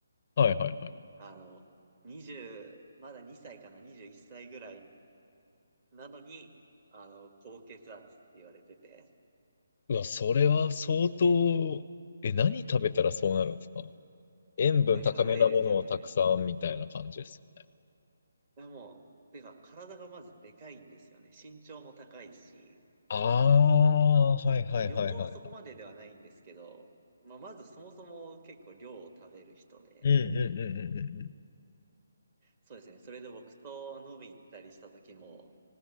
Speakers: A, on the left (about 45°); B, on the right (about 35°).
A: はいはいはい。
B: あの、20、まだ2歳かな、21歳ぐらいなのに、あの、高血圧って言われてて。
A: うわ、それは相当、え、何食べたらそうなるんですか塩分高めなものをたくさんみたいな感じです。
B: いや、やばいですよね。いや、もう、てか、体がまずでかいんですよね。身長も高いし、
A: ああー、はいはいはいはいはい。
B: まあ、横はそこまでではないんですけど、まあ、まずそもそも結構量を食べる人で、
A: うんうんうんうんうんうん。
B: そうですね。それで僕と飲み行ったりした時も、